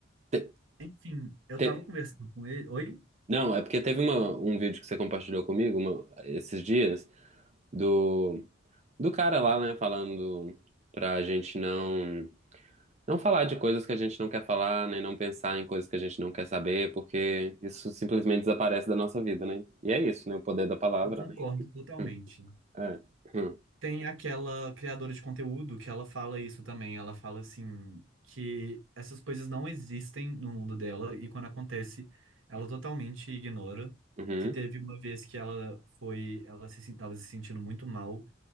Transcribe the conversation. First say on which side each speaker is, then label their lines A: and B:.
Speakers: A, on the right; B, on the right.
A: Te-
B: enfim, eu
A: te-
B: tava conversando com ele. Oi?
A: Não, é porque teve uma, um vídeo que você compartilhou comigo uma- esses dias do, do cara lá, né, falando pra gente não. Não falar de coisas que a gente não quer falar, nem não pensar em coisas que a gente não quer saber, porque isso simplesmente desaparece da nossa vida, né? E é isso, né? O poder da palavra,
B: Eu concordo
A: né?
B: totalmente.
A: Hum, É. Hum,
B: Tem aquela criadora de conteúdo que ela fala isso também. Ela fala assim que essas coisas não existem no mundo dela e quando acontece, ela totalmente ignora.
A: Uhum,
B: Que teve uma vez que ela foi, ela se estava se sentindo muito mal